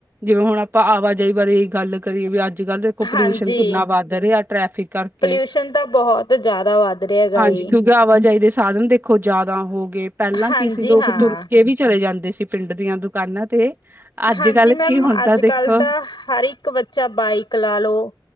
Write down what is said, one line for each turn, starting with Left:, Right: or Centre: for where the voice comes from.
Right: ਜਿਵੇਂ ਹੁਣ ਆਪਾਂ ਆਵਾਜਾਈ ਬਾਰੇ ਗੱਲ ਕਰੀਏ ਵੀ ਅੱਜ ਅੱਜ ਕੱਲ੍ਹ ਦੇਖੋ
Left: ਹਾਂਜੀ।
Right: ਪੋਲਿਊਸ਼ਨ ਕਿੰਨਾ ਵੱਧ ਰਿਹਾ, ਟ੍ਰੈਫਿਕ ਕਰਕੇ
Left: ਪੋਲਿਊਸ਼ਨ ਤਾਂ ਬਹੁਤ ਜ਼ਿਆਦਾ ਵੱਧ ਰਿਹਾ ਹੈਗਾ
Right: ਹਾਂਜੀ
Left: ਏ।
Right: ਕਿਉਂਕਿ ਆਵਾਜਾਈ ਦੇ ਸਾਧਨ ਦੇਖੋ ਜ਼ਿਆਦਾ ਹੋ ਗਏ, ਪਹਿਲਾਂ
Left: ਹਾਂਜੀ
Right: ਕੀ ਸੀ ਲੋਕ
Left: ਹਾਂ,
Right: ਤੁਰ ਕੇ ਵੀ ਚਲੇ ਜਾਂਦੇ ਸੀ ਪਿੰਡ ਦੀਆਂ ਦੁਕਾਨਾਂ ਤੇ ਅੱਜ
Left: ਹਾਂਜੀ
Right: ਕੱਲ
Left: ਮੈਡਮ
Right: ਕੀ ਹੁੰਦਾ
Left: ਅੱਜ ਕੱਲ੍ਹ
Right: ਦੇਖੋ
Left: ਤਾਂ ਹਰ ਇੱਕ ਬੱਚਾ ਬਾਈਕ ਲਾ ਲਉ